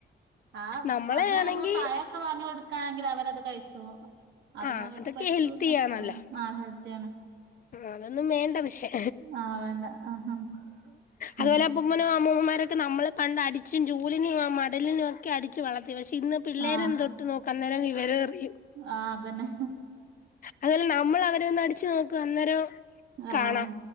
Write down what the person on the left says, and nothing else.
നമ്മളെ
ആണെങ്കി
ആഹ്
അതൊക്കെ
ഹെൽത്തിയാണല്ലോ
അതൊന്നും വേണ്ട പഷേ
അതുപോലെ
ഉമ്മനും അമ്മൂമ്മമാരൊക്കെ നമ്മളെ പണ്ട് അടിച്ചും ചൂലിനും മടലിനുക്കെ അടിച്ച് വളർത്തി പക്ഷേ ഇന്ന് പിള്ളേർ
എന്തൊട്ട് നോക്കാ അന്നേരം വിവരം അറിയും
അതല്ല നമ്മൾ അവരെ ഒന്ന് അടിച്ചു നോക്ക്‌ അന്നേരം
കാണാം